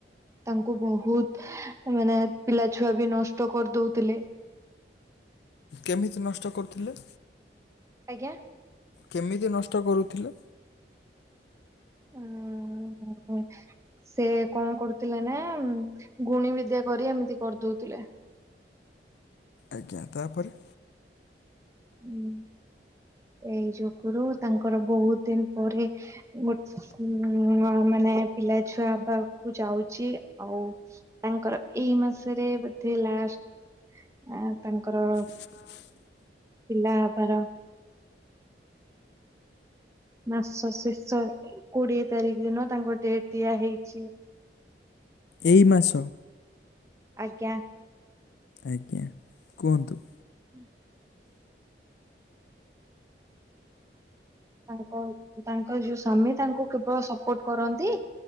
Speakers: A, on the right; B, on the left.
A: ତାଙ୍କୁ ବହୁତୁ ମାନେ ପିଲା ଛୁଆ ବି ନଷ୍ଟ କରି ଦଉଥିଲେ।
B: କେମିତି ନଷ୍ଟ କରୁଥିଲେ?
A: ଆଜ୍ଞା।
B: କେମିତି ନଷ୍ଟ କରୁଥିଲେ?
A: ହଁ ସେ କଣ କରୁଥିଲେ ନା ଗୁଣି ବିଦ୍ୟା। କରି ଏମିତି କରିଦଉଥିଲେ।
B: ଆଜ୍ଞା ତାପରେ।
A: ହୁଁ ଏଇ ଯୋଗୁରୁ ତାଙ୍କର ବହୁତ ଦିନ ପରେ ଉଁ ମାନେ ପିଲା ଛୁଆ ହେବାକୁ ଯାଉଛି ଆଉ ତାଙ୍କର ଏଇ ମାସରେ ବୋଧେ ଲାଷ୍ଟ ତାଙ୍କର
B: ହଁ
A: ପିଲା ହବାର। ମାସ ଶେଷ କୋଡିଏ ତାରିଖ ଦିନ ତାଙ୍କ ଡେଟ ଦିଆ ହେଇଛି।
B: ଏଇ ମାସ।
A: ଆଜ୍ଞା।
B: ଆଜ୍ଞା କୁହନ୍ତୁ।
A: <unintelligible> ତାଙ୍କ ତାଙ୍କ ଯୋଉ ସ୍ୱାମୀ। ତାଙ୍କୁ କେବଳ ସପୋର୍ଟ କରନ୍ତି